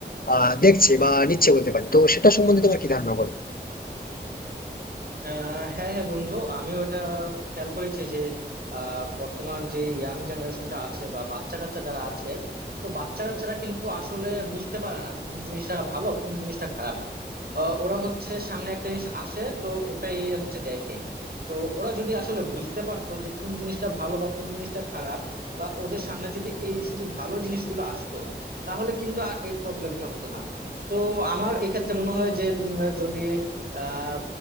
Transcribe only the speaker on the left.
আহ, দেখছে বা নিচ্ছে বলতে পারি তো সেটা সম্বন্ধে তোমার কি ধারণা বলো